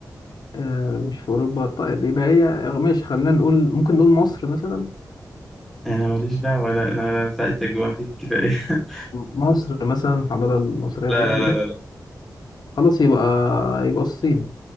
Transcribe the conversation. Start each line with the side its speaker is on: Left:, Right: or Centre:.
Left: آه، مش في اوروبا طيب يبقى هي ماشي خلينا نقول ممكن نقول مصر مثلا
Centre: انا ماليش دعوه ولا انا ساعدتك بما فيه الكفايه <laughs>
Left: مصر مثلا الحضاره المصريه
Centre: لا
Left: القديمه
Centre: لا لا لا لا
Left: خلاص يبقى يبقى الصين